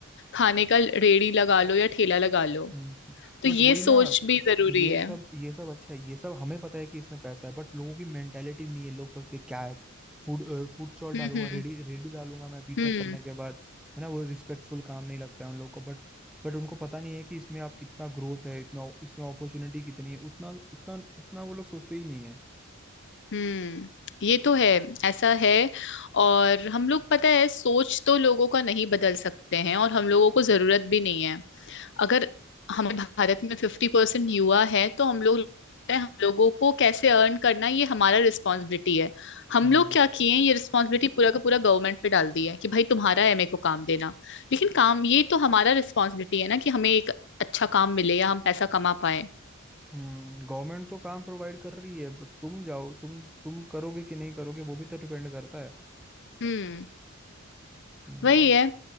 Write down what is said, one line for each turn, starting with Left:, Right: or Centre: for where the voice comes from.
Left: खाने का रेड़ी लगा लो या ठेला लगा लो
Centre: हम्म
Left: तो
Centre: बट
Left: ये
Centre: वही ना
Left: सोच भी जरूरी
Centre: ये
Left: है
Centre: सब ये सब अच्छा है ये सब हमें पता है कि इसमें पैसा है बट लोगों की मेंटेलिटी नहीं है लोग सोचते हैं, क्या है फूड फूड स्टॉल
Left: हम्म
Centre: डालूंगा
Left: हम्म
Centre: रेडी रेडी डालूंगा मैं बीटेक
Left: हम्म
Centre: करने के बाद है ना वो रिस्पेक्टफुल काम नहीं लगता है उन लोगों को बट बट उनको पता नहीं है कि इसमें आप कितना ग्रोथ है इतना इसमें अपॉर्चुनिटी कितनी है उतना उतना उतना वो लोग सोचते ही नहीं है
Left: हम्म ये तो है ऐसा है और हम लोग पता है सोच तो लोगों का नहीं बदल सकते हैं और हम लोगों को जरूरत भी नहीं है अगर हमें भारत में फिफ्टी परसेंट युवा है तो हम लोग हम लोगों को कैसे अर्न करना ये हमारा रिस्पॉन्सिबिलिटी है हम
Centre: हम्म
Left: लोग क्या किए हैं ये रिस्पॉन्सिबिलिटी पूरा का पूरा गवर्नमेंट पे डाल दी है कि भाई तुम्हारा है मेरे को काम देना लेकिन काम ये तो हमारा रिस्पॉन्सिबिलिटी है ना कि हमें एक अच्छा काम मिले या हम पैसा कमा पाए
Centre: हम्म गवर्नमेंट तो काम प्रोवाइड कर रही है बट तुम जाओ तुम तुम करोगे कि नहीं करोगे वो भी तो डिपेंड करता है
Left: हम्म
Centre: हम्म
Left: वही है